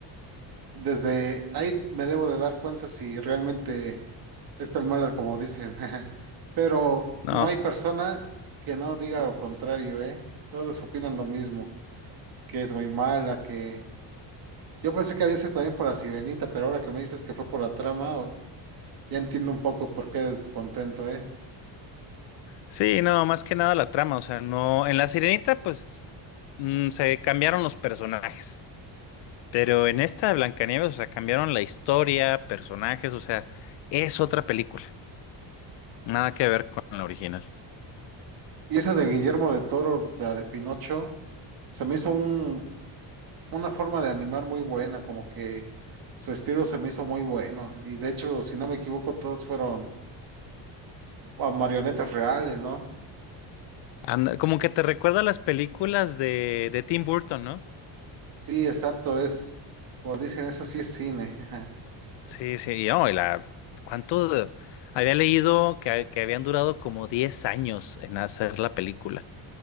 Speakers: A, on the right; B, on the left.
A: desde ahí me debo de dar cuenta si realmente es tan mala como dicen. <laughs> Pero
B: No,
A: no hay
B: s-
A: persona que no diga lo contrario, ¿eh? Todos opinan lo mismo, que es muy mala, que yo pensé que había sido también por la Sirenita, pero ahora que me dices que fue por la trama, o- ya entiendo un poco por qué descontento, ¿eh?
B: sí, no, más que nada la trama. O sea, no, en La Sirenita, pues mm, se cambiaron los personajes. Pero en esta de Blancanieves, o sea, cambiaron la historia, personajes, o sea, es otra película. Nada que ver con la original.
A: Y esa de Guillermo de Toro, la de Pinocho, se me hizo un una forma de animar muy buena, como que su estilo se me hizo muy bueno. Y de hecho, si no me equivoco, todos fueron ah, marionetas reales, ¿no?
B: Anda- como que te recuerda a las películas de, de Tim Burton, ¿no?
A: Sí, exacto, es, como dicen, eso sí es cine. <laughs>
B: Sí, sí, y no, y la, ¿cuánto? de- Había leído que, ha- que habían durado como 10 años en hacer la película.